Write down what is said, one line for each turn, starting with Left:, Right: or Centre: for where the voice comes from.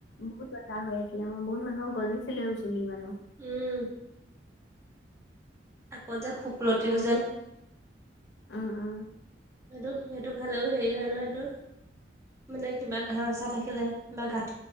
Left: বহুত <unintelligible> হৈ আছিলে। উম! বহুত মানুহৰ গজিছিলেও চুলি মানে।
Right: উম! আকৌ যে, শুকলতি
Left: আকৌ
Right: যেন
Left: উম উম
Right: সেইটো, সেইটো খালেও, হেৰি হয় নহয়! সেইটো। মানে, কিবা ঘাঁহ- চাহ থাকিলে বা গাঁঠ